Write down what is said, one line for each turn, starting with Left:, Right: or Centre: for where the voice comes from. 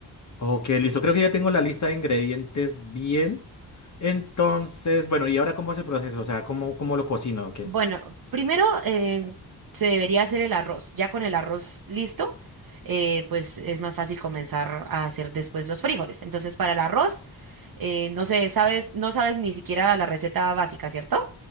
Left: Ok, listo. Creo que ya tengo la lista de ingredientes bien. Entonces, bueno, ¿y ahora cómo es el proceso? O sea, ¿cómo, cómo lo cocino o qué?
Right: Bueno, primero eh, se debería hacer el arroz. Ya con el arroz listo, eh, pues es más fácil comenzar a hacer después los frijoles. Entonces para el arroz, eh, no sé, sabes, no sabes ni siquiera la receta básica, ¿cierto?